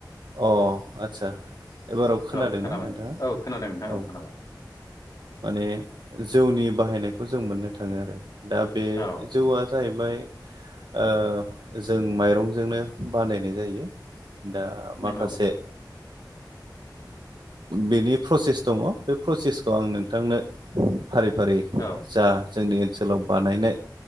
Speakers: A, on the right (about 75°); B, on the left (about 55°).
A: अ आतसा एबाराव खोनादोंना
B: औ खोनाबाय
A: नोंथाङा
B: औ खोनादों नोंथां
A: औ।
B: खोनाबाय
A: माने जौनि बाहायनायखौ जों मोननो थाङो आरो दा बे
B: औ
A: जौआ जाहैबाय ओमफ्राय ओ जों माइरंजोंनो बानायनाय जायो। दा माखासे
B: नंगौ
A: बेनि प्रसेस दङ बे प्रसेसखौ आं नों थांनो फारि फारि
B: औ
A: जा जोंनि ओनसोलाव बानायनाय